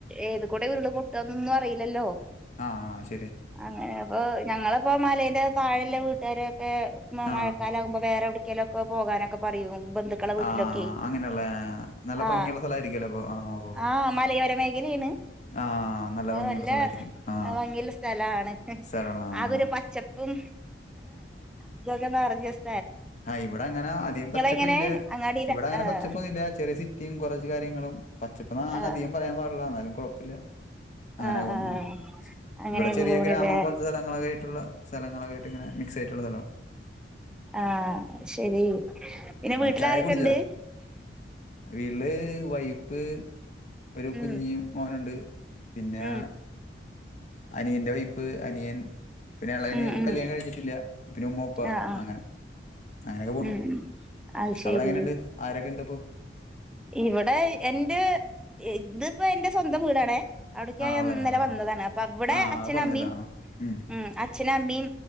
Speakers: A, in the centre; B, on the left.
A: ഏത് കൂടെ ഉരുള് പൊട്ടാന്നൊന്നും അറിയില്ലല്ലോ.
B: ആഹ ആ ശ......
A: അങ്ങനെ അപ്പൊ ഞങ്ങളിപ്പോ മലന്റെ താഴല്ല വീട്ടുകാര.... ക്കെ
B: ആ
A: മഴക്കാലാകുമ്പോ വേറെ എവ്ട്ക്കേലൊക്കെ പോകാനൊക്കെ പറയും. ബന്ധുക്കളെ വീട്ടിലൊക്കെ
B: ആ അങ്ങനെയുള്ള നല്ല
A: ആ
B: ഭംഗിയുള്ള സ്ഥലമായിരിക്കുമല്ലോ അപ്പോൾ ആ ഓ
A: ആ മലയോരമേഖല.... ആണ്
B: ആ
A: അ
B: ഭംഗിയുള്ള
A: നല്ല
B: സ്ഥലമായിരിക്കും ആ
A: ഭംഗി യുള്ള സ്ഥലം സ്ഥലാണ്
B: സ്ഥലമുള്ള
A: അതൊരു
B: ആ
A: പച്ചപ്പും ഇതൊക്കെ നെറഞ്ഞ സ്......
B: ആഹ് ഇവിടെ അങ്ങനെ അധികം പച്ചപ്പില്ല
A: എങ്ങനെ അങ്ങാടിയില
B: ഇവിടെ അങ്ങനെ
A: ആഹ്
B: പച്ചപ്പൊന്നുമില്ല ചെറിയ സിറ്റിയും കുറച്ച കാര്യ.... കാര്യങ്ങളും പച്ചപ്പ്ന്നധികം
A: ആഹ്
B: പറയാൻ പാടില്ല എന്നാലും കുഴപ്പല്ല്യ അങ്ങന
A: ആഹ്
B: പോണ്.
A: ആഹ് അങ്ങനെയൊക്കെ
B: ഇവിടെ ചെറിയ
A: പോണില്ലേ
B: ഗ്രാമം പോലത്തെ സ്ഥലങ്ങളൊക്ക ആയിട്ടുള്ള സ്ഥലങ്ങളൊക്കെ ആയിട്ട് ഇങ്ങനെ മിക്സ് ആയിട്ടുള്ള സ്ഥലം.
A: ആഹ ശരി പിന്നെ വീട്ടില്
B: ചായ
A: ആരൊക്കെണ്ട്.
B: കുടിച്ചാ? വീട്ടില് വൈഫ്‌ വൈഫ്‌ ഒരു
A: ഉം
B: കുഞ്ഞി മോനുണ്ട് പിന്നെ.
A: ഉം
B: അനിയന്റെ വൈഫ് അനിയൻ പിന്നെ അളന
A: ഉം ഉം
B: കല്യാണം കഴിഞ്ഞിട്ടില്ല പിന്നെ ഉമ്മപ്പ
A: ആഹ് ആഹ്
B: അങ്ങനെ. അങ്ങനെയൊക്കെ പോണ്
A: ഉം ഉം അത്
B: അവിടെ
A: ശരി
B: എങ്ങനെണ്ട് ആരൊക്കെ ഇണ്ട് ഇപ്പൊ.
A: ഇവിടെ എന്റെ ഇതിപ്പോ എന്റെ സ്വന്തം വീടാണേ. അവിടക്കെ
B: ആ
A: ഞാനിന്നലെ
B: ആളെയോ?
A: വന്നതാണ് അപ്പൊ അവിടെ
B: ആ ആ
A: അച്ഛനമ്മീും
B: അത് പറഞ്ഞല്ലോ ആ ഉം
A: ഉ അച്ഛനു അമ്മീം.